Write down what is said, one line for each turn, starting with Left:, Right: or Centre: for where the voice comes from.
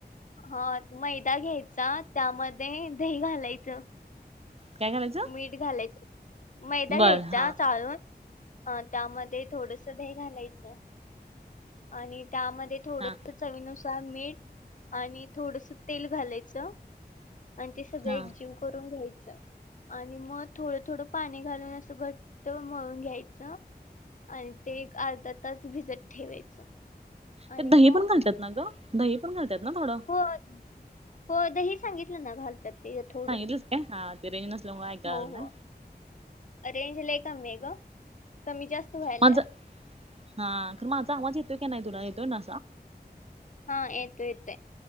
Left: हा मैदा घ्यायचा त्यामध्ये दही घालायचं.
Right: काय घालायचं
Left: मीठ घालायच मैदा
Right: बर
Left: घ्यायचा
Right: हा
Left: चाळून अ त्यामध्ये थोडस दही घालायचं आणि त्यामध्ये थोडस.
Right: हा
Left: चवीनुसार मीठ आणि थोडस तेल घालायचं. आणि ते सगळ
Right: हा
Left: एकजीव करून घ्यायचं आणि मग थोडं. थोडं पाणी घालून असं घट्ट मळून घ्यायचं. आणि ते एक अर्धा तास भिजत ठेवायचं. आणि
Right: ते दही
Left: मग
Right: पण घालतात ना ग दही पण घालतात ना थोडं
Left: हो हो दही सांगितलं ना घालतात ते थोडं
Right: सांगितलच का हा ते रेंज नसल्या मुळ ऐकायला
Left: हो
Right: आल ना
Left: हो रेंज ला कमी आहे ग कमी जास्त व्हायला
Right: माझा हा खर माझा आवाज येतोय की नाही तुला येतोय ना
Left: हा येतो येतय